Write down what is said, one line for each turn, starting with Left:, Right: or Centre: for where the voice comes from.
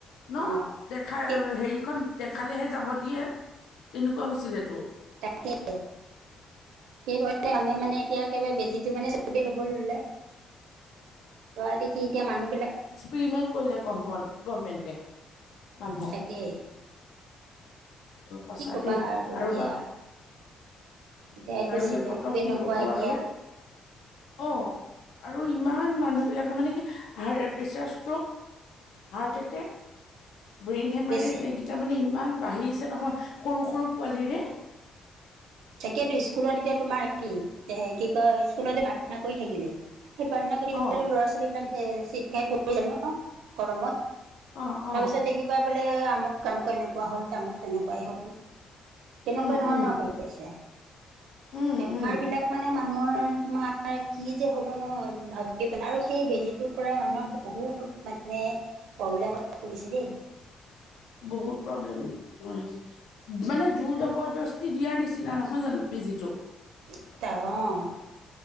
Left: ন
Right: অ
Left: দেখাই
Right: সেই
Left: হেৰিখন দেখালেহে যাব দিয়ে, তেনেকুৱা হৈছিলে ত
Right: তাকে, সেইবাবে মানুহে মানে এতিয়া একেবাৰে বেজিটো মানে চবেই ল'ব ললে, লোৱা দেখি এতিয়া মানুহবিলাক
Left: প্ৰিমেণ্ট কৰিলে, গভম গভমেণ্টে মানুহক।
Right: তাকেই
Left: সঁচা
Right: কি ক'বা
Left: দেই, আৰু
Right: এতিয়া
Left: বা
Right: এতিয়া এইটো
Left: আৰু
Right: চিজনটো
Left: যে ক'ত কি
Right: এনেকুৱা
Left: হ'ব
Right: এতিয়া
Left: আৰু। অঁ আৰু ইমান মানুহবিলাকৰ মানে কি high pressure stroke. Heart attack, brain হেমাৰযেগ
Right: বেছি
Left: তাৰমানে ইমান বাঢ়িছে নহয় সৰু সৰু পোৱালিৰে।
Right: তাকেইেতো স্কুলত এতিয়া তোমাৰ হেৰি এ কি কয় স্কুলত প্ৰাৰ্থনা কৰি থাকিলি। সেই প্ৰাৰ্থনা কৰি থাকোতে
Left: অ
Right: ল'ৰা ছোৱালী বিলাক যে চিট খাই পৰি যায় ন গৰমত।
Left: অ অ
Right: তাৰপিছত দেখিবা বোলে আমুক আমুক এনেকুৱা হ'ল তামুক তেনেকুৱাই হ'ল। তেনেকুৱা
Left: উম
Right: ধৰণৰ
Left: উম
Right: হৈ আছে,
Left: উম
Right: বেমাৰ
Left: উম
Right: বিলাক মানে মানুহৰ তোমাৰ কি যে হ'ব ন, ভাবিয়ে পেলাই আৰু সেই বেজীটোৰ পৰাই মানুহৰ বহুত মানে প্ৰব্লেমত পৰিছে দেই।
Left: বহুত প্ৰব্লেম, মানে জোৰ জবৰদস্তি দিয়াৰ নিচিনা নহয় জানো। বিজিটো।
Right: অঁ